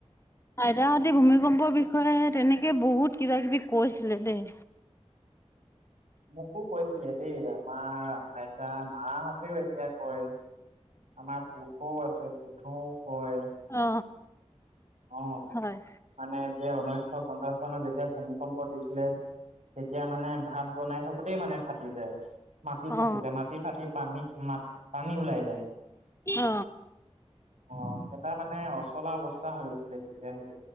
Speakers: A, on the left; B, on the right.
A: আইতাহতি ভূমিকম্পৰ বিষয়ে তেনেকে বহুত কিবা কিবি কৈছিলে দেই।
B: মোকো কৈছিলে দেই, আমাৰ আইতা, মাহতেও এতিয়া কয়, আমাৰ পুঠৌও আছে, পুঠৌও কয়।
A: অ
B: অ',
A: হয়
B: মানে, যে ঊনৈশ পঞ্চাশ চনত, যেতিয়া ভূমিকম্প দিছিলে তেতিয়া মানে, ভাত বনাই থাকোতেই মানে ফাটি যায়। মাটি ফাটি
A: অ
B: যায়, মাটি ফাটি পানী, মাট, পানী ওলাই যায়।
A: অ
B: অ', এটা মানে অচলা অৱস্থা হৈ গৈছিলে। তেতিয়া সেই